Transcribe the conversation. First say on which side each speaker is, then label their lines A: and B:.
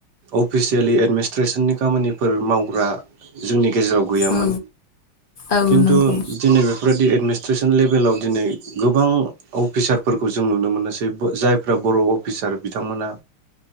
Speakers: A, on the right; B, on the left.
A: अफिसियेलि एडमिनिस्ट्रेसननि खामानि फोर मावग्रा जोंनि गेजेराव गैयामोन
B: औ औ
A: खिन्थु
B: नंगौ
A: दिनै बेफोरबादि एद मिस्ट्रेसन लेभेलाव दिनै गोबां अफिसारफोरखौ जों नुनो मोनोसै जायफ्रा बर अफिसार बिथांमोना